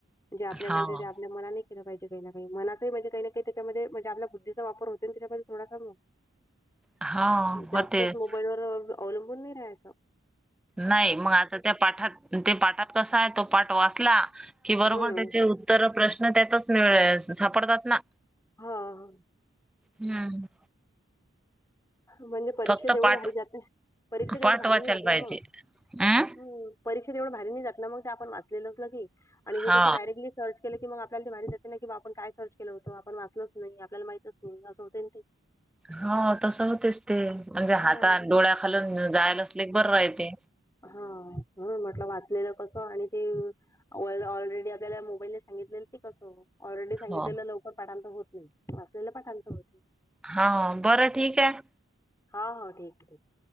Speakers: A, on the left (about 15°); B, in the centre.
A: जे आपल्याला
B: हा
A: येते ते आपल्या मनाने केलं पाहिजे काही ना, काही मनाचंही म्हणजे काही ना, काही त्याच्यामध्ये म्हणजे आपल्या बुद्धचा वापर होतेन त्याच्यामध्ये. एवढा सजम <unintelligible>
B: हा. होतेच.
A: जास्तच मोबाईलवर अवलंबून नाही राहायच.
B: नाही म आता त्या पाठात ते पाठात कसा आहे तो पाठ वाचला कि बरोबर
A: हं.
B: त्याचे उत तर प्रश्न त्यातच मिळ सापडतात ना.
A: हो हो.
B: हम्म.
A: म्हणजे परीक्षेत
B: फक्त
A: एवढं
B: पाठ
A: भारी जाते परीक्षेत एवढं
B: पाठ
A: भारी
B: वाचायला
A: नाही जात
B: पाहिजे.
A: ना म
B: अं
A: हम परीक्षेत एवढं भारी नाही जातलं मंग ते आपण वाचलेलं असल की आणि हे
B: हा
A: कसं डायरेक्टली सर्च केलं की मंग आपल्याला ते भारी जातेना कि बुआ आपण काय सर्च केलं होतं आपण वाचलंच नाही आपल्याला माहितच नाही असं होतयन ते.
B: हो तसं होतेच ते म्हणजे
A: हां.
B: हातान डोळ्याखालून जायल असले क बरं रायहते.
A: हा ह म्हटलं वाचलेलं कसं आणि ते. ऑल ऑलरेडी आपल्याला मोबाईलने सांगितले की कसं ऑलरेडी सांगितलेलं
B: हो.
A: लवकर पाठांतर होत नाही वाचलेलं पाठांतर होते.
B: हा बरं ठीक आहे.
A: हा हो ठीक हे ठीक हे.